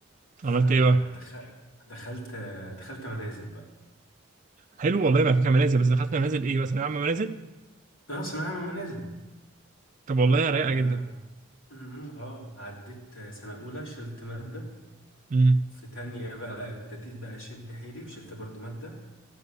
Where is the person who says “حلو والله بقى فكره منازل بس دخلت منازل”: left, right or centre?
Right